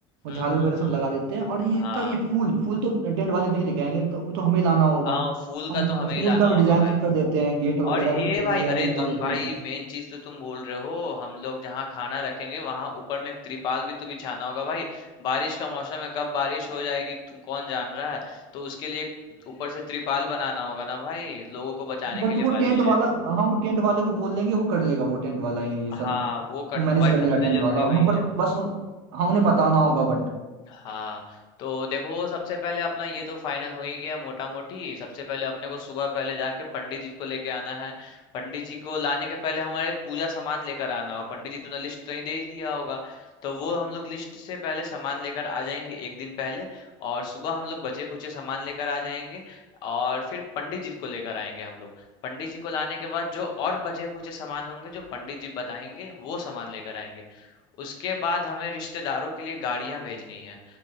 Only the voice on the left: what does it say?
हम्म
हम्म
हम्म
हाँ
हाँ फूल का
तो हमें ही
लाना
होगा
भाई
और ये
भाई
अरे
तुम
भाई
मेन चीज तो तुम बोल रहे हो हम लोग जहाँ खाना रखेंगे वहां ऊपर में एक त्रिपाल भी तो बिछाना होगा भाई बारिश का मौसम है कब बारिश हो जाएगी तुम कौन जान रहा है तो उसके लिए एक ऊपर से त्रिपाल बनाना होगा ना भाई लोगों को बचाने
के लिए
बारिश
है
हाँ वो करना
भाई
सबसे
जरूरी
वही
है
हाँ तो देखो सबसे पहले अपना ये तो फाइनल हो ही गया मोटा मोटी सबसे पहले अपने को सुबह पहले जाके पंडित जी को लेके आना है पंडित जी को लाने के पहले हमारे पूजा सामान लेकर आना होगा पंडित जी तुमने लिस्ट तो नहीं दे दिया होगा तो वो हम लोग लिस्ट से पहले सामान लेकर आ जाएंगे एक दिन पहले और सुबह हम लोग बचे खुचे सामान लेकर आ जाएंगे और फिर पंडित जी को लेकर आएंगे हम लोग पंडित जी को लाने के बाद जो और बचे खुचे सामान होंगे जो पंडित जी बताएंगे वो सामान लेकर आएंगे उसके बाद हमें रिश्तेदारों के लिए गाड़ियां भेजनी है